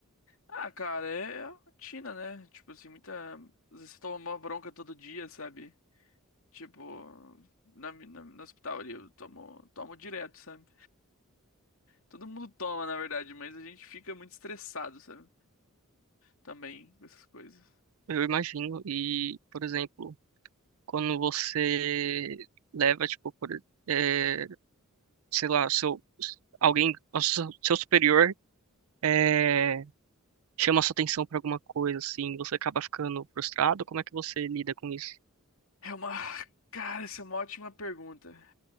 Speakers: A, on the left (about 65°); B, on the right (about 70°).
A: Ah, cara, é a rotina, né? Tipo assim, muita... às vezes Você toma uma bronca todo dia, sabe? Tipo, na, na, no hospital ali, eu tomo, tomo direto, sabe? Todo mundo toma, na verdade, mas a gente fica muito estressado, sabe? Também, com essas coisas.
B: Eu imagino. E, por exemplo, quando você leva, tipo, por, é, sei lá, seu, alguém, o seu seu superior é, chama sua atenção pra alguma coisa, assim, você acaba ficando frustrado, como é que você lida com isso?
A: É uma... Cara, essa é uma ótima pergunta.